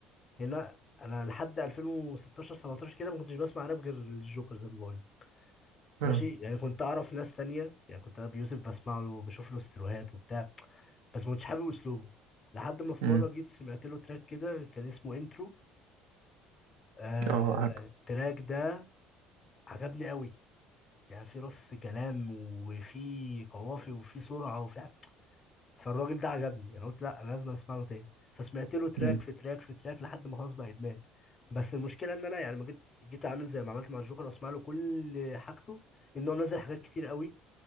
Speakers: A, on the left; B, on the right.
A: هنا انا لحد 2016 17 كده ما كنتش بسمع راب غير الجوكر زي ما بقول
B: اه
A: ماشي يعني كنت اعرف ناس تانية يعني كنت ابي يوسف بسمع له وبشوف له استروهات وبتاع بس ما كنتش حابب اسلوبه لحد ما في
B: مم.
A: مره جيت سمعت له تراك كده كان اسمه انترو آه
B: اه عارف
A: التراك ده عجبني قوي يعني في رص كلام وفي قوافي وفي سرعه وفي فالراجل ده عجبني انا قلت لا انا لازم اسمع له تاني فسمعت له تراك
B: مم.
A: في تراك في تراك لحد ما خلاص بقى ادمان بس المشكله ان انا يعني ما جيت جيت عامل زي ما عملت مع الجوكر واسمع له كل حاجته ان هو منزل حاجات كتير قوي